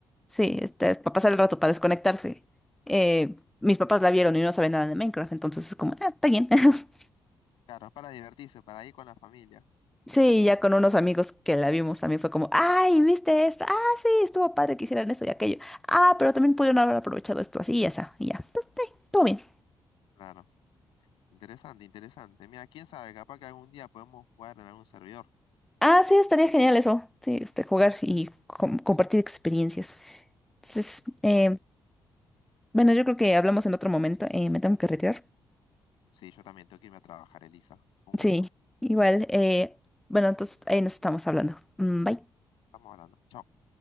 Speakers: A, in the centre; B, on the left (about 85°).
A: sí, este, es para pasar el rato, para desconectarse. Eh, mis papás la vieron y no saben nada de Minecraft, entonces es como, ah, está bien. <laughs>
B: Claro, es para divertirse, para ir con la familia.
A: Sí, ya con unos amigos que la vimos también fue como, ay, ¿viste esto? Ah, sí, estuvo padre que hicieran esto y aquello. Ah, pero también pudieron haber aprovechado esto así y esa, y ya. Entonces, sí, todo bien.
B: Claro. Interesante, interesante. Mira, quién sabe, capaz que algún día podemos jugar en algún servidor.
A: Ah, sí, estaría genial eso. Sí, este, jugar y com- compartir experiencias. Entonces, eh,
B: Sí,
A: bueno, yo creo que hablamos en otro momento. eh, me tengo que retirar.
B: sí, yo también tengo que irme a trabajar, Elisa. Un
A: Sí,
B: gusto.
A: igual. eh, bueno, entonces ahí nos estamos hablando. Mm, Bye.
B: Estamos hablando. Chao.